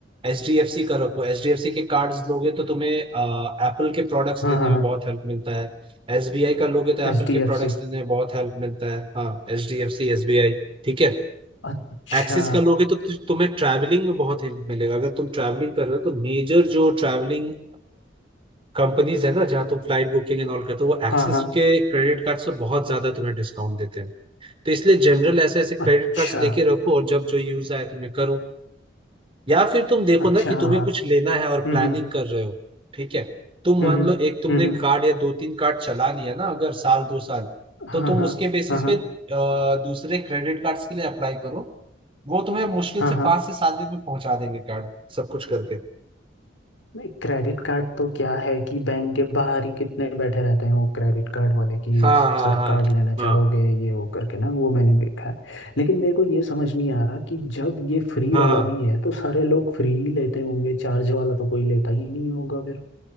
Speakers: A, on the right; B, on the left.
A: एचडीएफसी का रखो एचडीएफसी के कार्ड्स लोगे तो तुम्हें एप्पल के प्रोडक्ट्स
B: हाँ
A: लेने
B: हाँ
A: में बहुत हेल्प मिलता है एसबीआई का लोगे तो एप्पल
B: H D
A: के
B: F
A: प्रोडक्ट्स
B: C
A: लेने में बहुत हेल्प मिलता है हाँ एचडीएफसी एसबीआई ठीक है
B: अच्छा
A: एक्सिस कर लोगे तो तु, तुम्हें ट्रैवलिंग में बहुत हेल्प मिलेगा अगर तुम ट्रैवलिंग कर रहे हो तो मेजर जो ट्रैवलिंग कंपनीज है ना जहाँ तुम फ्लाइट बुकिंग एंड ऑल करते हो वो एक्सिस
B: हाँ हाँ
A: के क्रेडिट कार्ड से बहुत ज्यादा तुम्हें डिस्काउंट देते हैं तो इसलिए जनरल ऐसे ऐसे क्रेडिट
B: अच्छा
A: कार्ड्स लेके रखो और जब जो यूज आए तुम्हें करो या फिर तुम देखो
B: अच्छा
A: ना कि
B: हाँ
A: तुम्हें
B: हाँ
A: कुछ लेना है और
B: हम्म
A: प्लानिंग
B: हम्म।
A: कर रहे हो ठीक है तुम
B: हम्म
A: मान लो एक तुमने
B: हम्म
A: कार्ड या दो तीन कार्ड चला लिया ना अगर साल दो साल
B: हाँ
A: तो तुम
B: हाँ
A: उसके बेसिस
B: हाँ हाँ
A: पे अ, दूसरे क्रेडिट कार्ड्स के लिए अप्लाई करो वो तुम्हें मुश्किल
B: हाँ
A: से
B: हाँ
A: पाँच से सात दिन में पहुंचा देंगे कार्ड सब कुछ करके
B: नहीं क्रेडिट कार्ड तो क्या है कि बैंक के बाहर ही कितने बैठे रहते हैं वो क्रेडिट कार्ड वाले की
A: हाँ हाँ
B: सर
A: हाँ
B: कार्ड लेना
A: हाँ
B: चाहोगे ये वो करके ना वो मैंने देखा है लेकिन मेरे को ये समझ नहीं आ रहा कि जब ये फ्री
A: हाँ
B: वाला
A: हाँ
B: भी है तो सारे लोग फ्री ही लेते होंगे चार्ज वाला तो कोई लेता ही नहीं होगा फिर